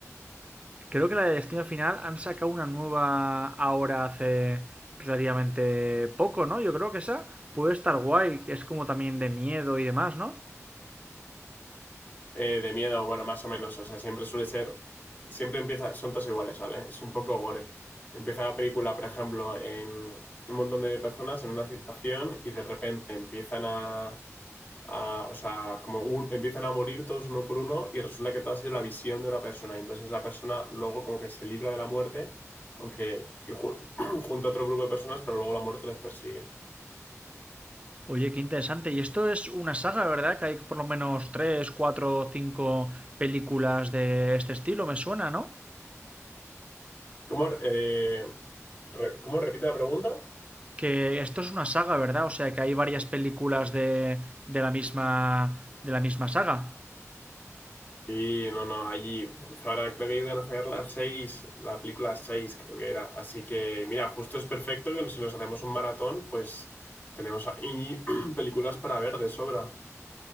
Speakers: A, on the right; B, on the left.
A: Creo que la de Destino Final han sacado una nueva ahora hace relativamente poco, ¿no? Yo creo que esa puede estar guay, que es como también de miedo y demás, ¿no?
B: Eh, de miedo, bueno, más o menos. O sea, siempre suele ser. Siempre empieza. Son todos iguales, ¿vale? Es un poco gore. Empieza la película, por ejemplo, en un montón de personas en una situación y de repente empiezan a. a- o sea, como un- empiezan a morir todos uno por uno y resulta que todo ha sido la visión de una persona. Y entonces la persona luego como que se libra de la muerte, aunque y jun- <clears throat> junto a otro grupo de personas, pero luego la muerte les persigue.
A: Oye, qué interesante. Y esto es una saga, ¿verdad? Que hay por lo menos tres, cuatro, cinco películas de este estilo, me suena, ¿no?
B: ¿Cómo, eh, re- ¿cómo repite la pregunta?
A: Que esto es una saga, ¿verdad? O sea, que hay varias películas de, de la misma de la misma saga.
B: Sí, no, no, allí, de hecho, ahora creo que iban a sacar las seis, la película 6 creo que era, así que mira, justo es perfecto que si nos hacemos un maratón, pues tenemos ahí <clears throat> películas para ver de sobra.